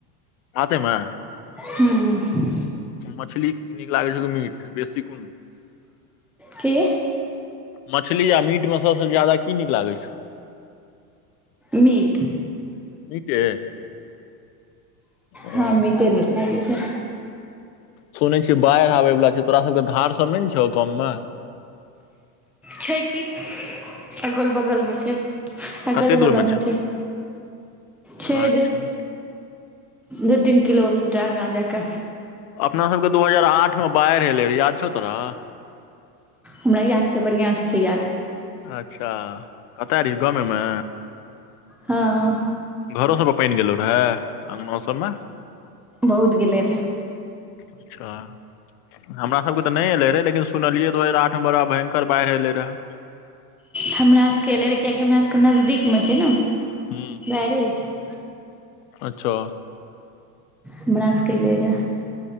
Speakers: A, on the left; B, in the centre.
A: भाते में
B: हू ह
A: मछली नीक लागै छौ कि मीट बेसी कुन
B: की
A: मछली आ मीटमे सभसँ ज्यादा की नीक लागै छौ
B: मीट
A: मीटे ओ
B: हँ मीटे नीक लागै छै
A: सुनने छियै बाढ़ि आबे वाला छै तोरा सबके धार सब ने छौ गाम मे
B: छै की अगल बगलमे छै अगल
A: कते दूर
B: बगलमे
A: मे
B: छै छै
A: अच्छा
B: दू तीन किलोमीटर अगाँ जाक
A: अपना सबके दू हजार आठ मे बाढ़ि एलै र याद छौ तोरा
B: हमरा याद छै बढ़िआँ सँ छै याद
A: अच्छा कतय रहिय गामे मे
B: हँ
A: घरो सबमें पानि गेलो रहे अंगनो सब में
B: बहुत गेलै रहए
A: अच्छा हमरा सबके तऽ नहि एले रहे लेकिन सुनलियै दू हजार आठ मे बड़ा भयंकर बाढ़ि एलै रहए
B: हमरा सबके एले रहै कियाकि हमरा सबके नजदीक मे छै ने
A: हू
B: <unintelligible>
A: अच्छा
B: हमरा सभके अलेय रहए